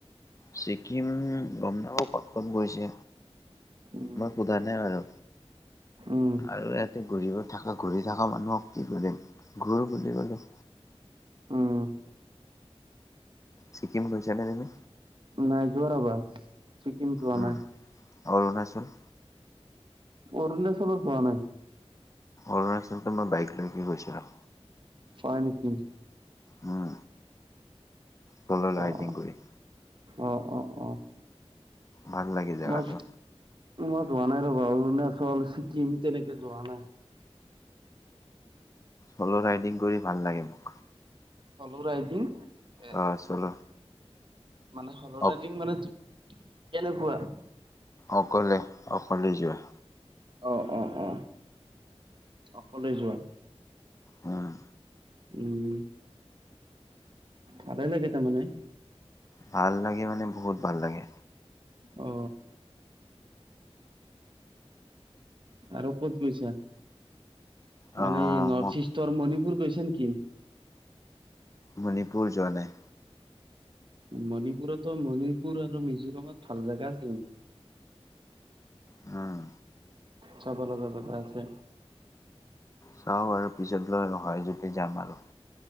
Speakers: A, on the left; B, on the right.
A: ছিকিম গম নাপাওঁ ক'ত ক'ত গৈছে।
B: উম
A: মই সোধা নাই বাৰু।
B: উম
A: আৰু ইয়াতে ঘূৰিব থকা ঘূৰি থকা মানুহক কি সুধিম ঘোৰো বুলি ক'লে
B: উম
A: ছিকিম গৈছা নে তুমি?
B: নাই যোৱা ৰ'বা ছিকিম যোৱা
A: উম,
B: নাই।
A: অৰুণাচল?
B: অৰুণাচলত যোৱা নাই।
A: অৰুণাচলটো মই বাইক লৈকে গৈছিলো।
B: হয় নিকি?
A: উম চ'ল ৰাইডিং
B: অ
A: কৰি।
B: অ অ অ।
A: ভাল লাগে জেগাটো।
B: মই মই যোৱা নাই ৰ'বা অৰুণাচল, ছিকিম তেনেকে যোৱা নাই।
A: চ'ল ৰাইডিং কৰি ভাল লাগে মোৰ।
B: চ'ল ৰাইডিং? এ
A: অ চ'ল।
B: মানে চ'ল
A: অ
B: ৰাইডিং মানে কেনেকুৱা?
A: অকলে অকলে যোৱা।
B: অ অ অ অকলে যোৱা?
A: হয়।
B: উম ভালেই লাগে তাৰমানে।
A: ভাল লাগে মানে বহুত ভাল লাগে।
B: অ। আৰু ক'ত গৈছা
A: আহ
B: মানে নৰ্থ
A: মই
B: ইষ্টৰ মণিপুৰ গৈছা নি?
A: মণিপুৰ যোৱা নাই।
B: মণিপুৰতো মণিপুৰ আৰু মিজোৰামত ভাল জাগা আছে কিন্তু।
A: উম।
B: চব লগা জেগা আছে।
A: চাওঁ বাৰু পিছত যোৱা হয় যদি যাম আৰু।